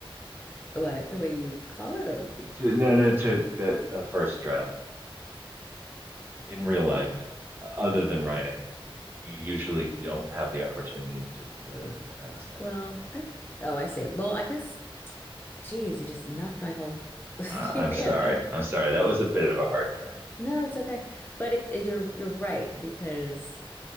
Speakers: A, on the left; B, on the right.
A: what, the way you call it or?
B: To, no, no, to, to a first draft. in real life, other than writing, you usually don't have the opportunity to to, to have a second
A: Well,
B: draft.
A: I, th- oh, I see. Well, I guess, geez, you just knocked my whole <laughs> theory.
B: Uh, I'm sorry.
A: out. Uh,
B: I'm sorry. That was a bit of a hard turn.
A: No, it's okay. But it's, it, you're, you're right because